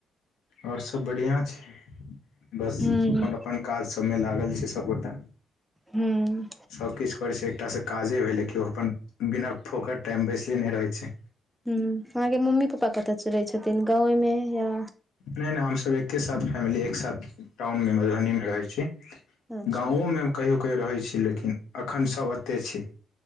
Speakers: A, on the left; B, in the centre.
A: आओर सब बढ़िआँ छै बस
B: हूं
A: अपन अपन काज सबमे लागल छै। सबगोटा।
B: हूँ
A: सभकिछु करैत छै एकटा सँ काजे भेलै केओ अपन बिना फोकोकर टाइम बैसले नय रहैत छै।
B: ह अहाँ के मम्मी पप्पा कतय रह छथिन गावे मे या
A: नय नय हमसभ एके साथ फैमिली एक साथ टाउन मे मधुबनी मे रहैत छी।
B: अच्छा
A: गामो मे हम कहियो कहियो रहै छी। लेकिन एखन सभ एतेक छै।